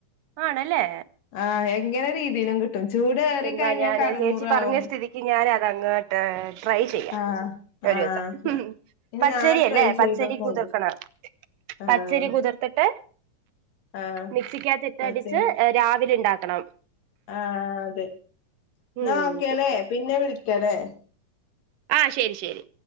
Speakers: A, on the right; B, on the left.
A: ആണല്ലേ
B: ആഹ് എങ്ങനെ രീതിലും കിട്ടും ചൂട് ഏറി
A: എന്നാ
B: കഴിഞ്ഞാൽ
A: ഞാന്
B: കറുമുറു
A: ചേച്ചി പറഞ്ഞ
B: ആകും
A: സ്ഥിതിക്ക് ഞാന് അതങ്ങോട്ട് ട്രൈ ചെയ്യാം
B: ആഹ്
A: ഒരൂസം
B: ആഹ് ഇനി
A: പച്ചരിയല്ലേ
B: നാളെ ട്രൈ ചെയ്തോക്കോണ്ടു
A: പച്ചരി കുതിർക്കണം
B: ആഹ്
A: പച്ചരി കുതിർത്ത്ട്ട്
B: ആഹ്
A: മിക്സിക്ക കത്തിട്ടടിച്ച്
B: പച്ചേ
A: രാ ര് ഇണ്ടാക്കണം
B: ആഹ് അതെ എന്നാ
A: ഉം
B: ഓക്കെ ലെ പിന്നെ വിളിക്കലെ
A: ആഹ് ശെരി ശെരി